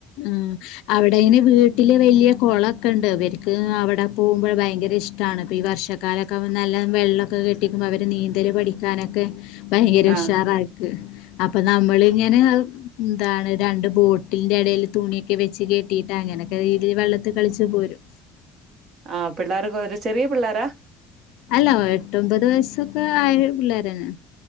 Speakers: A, on the left (about 80°); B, on the right (about 50°).
A: ഉം അവിടെ ഇനി വീട്ടില് വലിയ കുളൊക്കെ ഉണ്ട് അവർക്ക് അവിടെ പോകുമ്പോൾ ഭയങ്കര ഇഷ്ടമാണ് ഇപ്പോൾ ഈ വർഷക്കാലമൊക്കെ നല്ല വെള്ളമൊക്കെ കെട്ടി നിക്കുമ്പോൾ അവർ നീന്തല് പഠിക്കാനൊക്കെ ഭയങ്കര
B: ആ
A: ഉഷാറായിക്ക് അപ്പൊ നമ്മൾ ഇങ്ങനെ എന്താണ് രണ്ട് ബോട്ടിന്റെ ഇടയിൽ തുണിയൊക്കെ വെച്ച് കെട്ടിട്ട് അങ്ങനൊക്കെ രീതിൽ വെള്ളത്തി കളിച്ച് പോരും
B: ആ പിള്ളേർക്ക് ഒരു ചെറിയ പിള്ളേരാ
A: അല്ല എട്ടൊമ്പത് വയസ്സൊക്കെ ആയ പിള്ളേര് തന്നെ